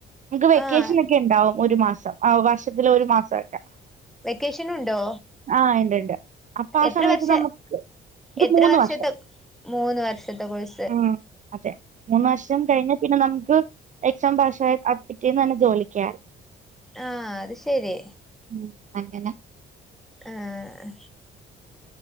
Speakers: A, on the right; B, in the centre.
A: നമക്ക് വെക്കേഷൻക്കെണ്ടാവും
B: ആഹ്
A: ഒരു മാസം ആ വർഷത്തില ഒരു മാസക്കെ
B: വെക്കേഷനും ഉണ്ടോ
A: ആന് ഇണ്ട്ണ്ട് അപ്പ ആഹ്
B: എത്ര
A: സമയത്ത്
B: വർഷ
A: നമുക്ക് ഇത്
B: എത്ര
A: മൂന്ന്
B: വർഷത്തെ
A: വർഷം
B: മൂന്ന് വർഷത്തെ കോഴ്‌സ്
A: ഉം അതെ മൂന്ന് വർഷം കഴിഞ്ഞ പിന്നെ നമുക്ക് എക്സാം പാസ്സ് ആയ പിറ്റേന്ന് തന്നെ ജോലിക്ക് കേറ
B: ആഹ് അത് ശരി
A: ഉം അങ്ങനെ
B: ഏഹ്